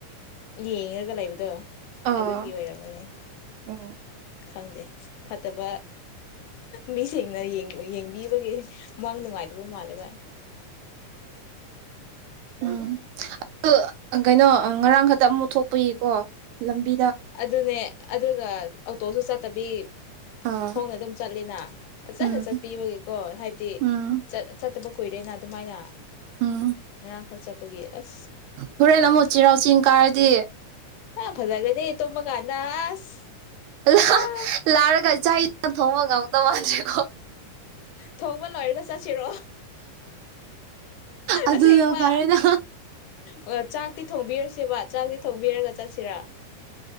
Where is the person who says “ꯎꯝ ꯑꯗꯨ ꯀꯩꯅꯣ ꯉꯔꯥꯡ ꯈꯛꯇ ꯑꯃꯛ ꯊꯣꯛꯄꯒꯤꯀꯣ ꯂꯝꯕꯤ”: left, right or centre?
Right